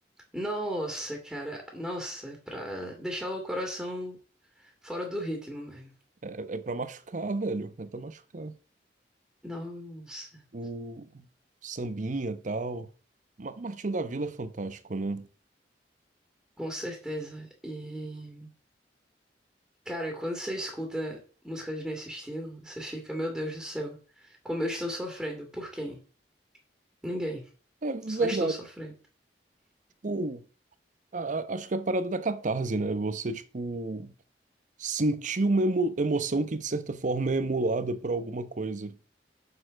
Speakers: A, in the centre; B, on the right (about 45°).
A: Nossa, cara, nossa, é pra deixar o coração fora do ritmo mesmo.
B: É, é pra machucar, velho. É pra machucar.
A: Nossa,
B: O sambinha, tal. Ma- Martinho da Vila é fantástico, né?
A: com certeza. E, cara, quando você escuta músicas nesse estilo, você fica, meu Deus do céu, como eu estou sofrendo? Por quem? Ninguém.
B: É verdade.
A: Só estou sofrendo.
B: Tipo, a- a- acho que é a parada da catarse, né? Você, tipo. sentir uma emo- emoção que de certa forma é emulada por alguma coisa.